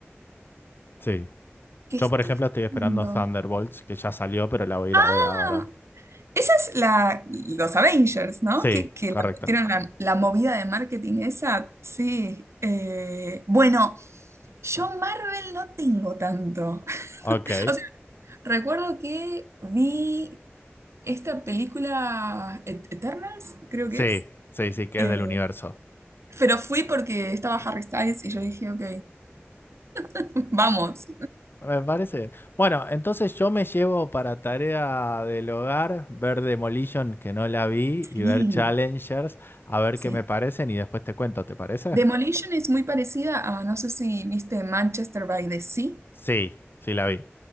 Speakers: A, on the left; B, on the right.
A: Sí.
B: que
A: Yo,
B: esté
A: por ejemplo,
B: esperando.
A: estoy esperando Thunderbolts, que ya salió, pero la voy a
B: Ah,
A: ir a ver ahora.
B: esa es la, los Avengers, ¿no?
A: Sí,
B: Que, que
A: correcto.
B: la metieron la, la movida de marketing esa, sí. Eh, bueno, yo Marvel no tengo tanto. <laughs>
A: Ok.
B: O sea, recuerdo que vi esta película Et- Eternals, creo
A: Sí,
B: que es.
A: sí, sí, que
B: Eh,
A: es del universo.
B: pero fui porque estaba Harry Styles y yo dije, ok, <laughs> vamos.
A: Me parece bien. Bueno, entonces yo me llevo para tarea del hogar ver Demolition, que no la vi, y
B: Sí.
A: ver Challengers, a ver
B: Sí.
A: qué me parecen y después te cuento, ¿te parece?
B: Demolition es muy parecida a, no sé si viste Manchester by the Sea,
A: Sí, sí la vi.